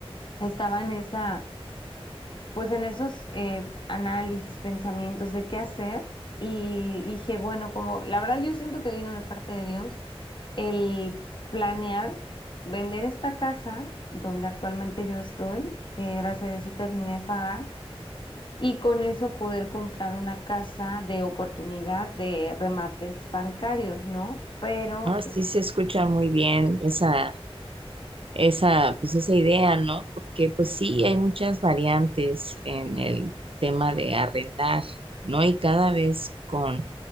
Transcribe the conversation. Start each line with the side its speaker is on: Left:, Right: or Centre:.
Left: estaba en esa, pues en esos eh, análisis, pensamientos de qué hacer, y dije, bueno, como la verdad yo siento que vino de parte de Dios el planear vender esta casa donde actualmente yo estoy, que gracias a Dios terminé de pagar, y con eso poder comprar una casa de oportunidad de remates bancarios, ¿no? Pero
Right: Ah, sí,
Left: eh,
Right: se escucha muy bien esa. esa, pues esa idea, ¿no? Porque pues sí, hay muchas variantes en el tema de arrendar, ¿no? Y cada vez con